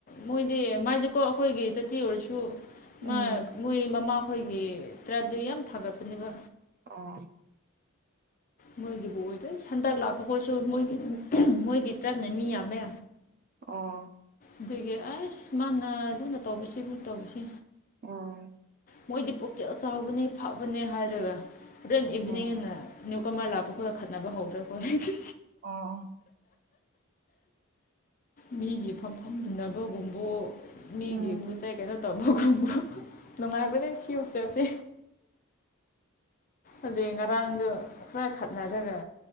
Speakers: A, on the left; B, on the right.
A: ꯃꯣꯏꯗꯤ ꯃꯥꯏꯗꯤꯀꯣ ꯑꯩꯈꯣꯏꯒꯤ ꯖꯥꯇꯤ ꯑꯣꯏꯔꯁꯨ ꯃꯥ
B: ꯎꯝ
A: ꯃꯣꯏ ꯃꯃꯥꯈꯣꯏꯒꯤ ꯇ꯭ꯔꯥꯏꯕꯇꯤ ꯌꯥꯝ ꯊꯥꯒꯠꯄꯅꯦꯕ
B: ꯑꯣ
A: ꯃꯣꯏꯒꯤꯕꯨ ꯑꯣꯏꯗꯣꯏ ꯍꯟꯗꯛ ꯂꯥꯛꯄꯈꯣꯏꯁꯨ ꯃꯣꯏꯒꯤ ꯃꯣꯏꯒꯤ ꯇ꯭ꯔꯞꯅ ꯃꯤ ꯌꯥꯝꯃꯦ
B: ꯑꯣ
A: ꯑꯗꯒꯤ ꯑꯁ ꯃꯥꯅ ꯂꯨꯅ ꯇꯧꯕꯁꯤ ꯂꯨꯅ ꯇꯧꯕꯁꯤ
B: ꯎꯝ
A: ꯃꯣꯏꯗꯤ ꯄꯨꯛꯆꯦꯜ ꯆꯥꯎꯕꯅꯦ ꯐꯕꯅꯦ ꯍꯥꯏꯔꯒ ꯍꯣꯔꯦꯟ ꯏꯚꯤꯅꯤꯡ
B: ꯎꯝ
A: ꯅ ꯅꯨꯏ ꯀꯃꯔ ꯂꯥꯞꯄ ꯈꯣꯏꯒ ꯈꯠꯅꯕ ꯍꯧꯒ꯭ꯔꯦ ꯑꯩꯈꯣꯏ
B: ꯑꯣ
A: ꯃꯤꯒꯤ ꯐꯝ ꯐꯝꯃꯨꯟꯅꯕꯒꯨꯝꯕ ꯃꯤꯒꯤ
B: ꯎꯝ
A: ꯄꯣꯠ ꯆꯩ ꯀꯩꯅꯣ ꯇꯧꯕꯣꯛ ꯈꯨ <unintelligible> ꯅꯨꯡꯉꯥꯏꯕꯅꯦ ꯁꯤ ꯍ‌ꯣꯁꯇ‌ꯦꯜꯁꯦ ꯑꯗꯨꯏ ꯉꯔꯥꯡꯗꯨ ꯈꯔ ꯈꯠꯅꯔꯒ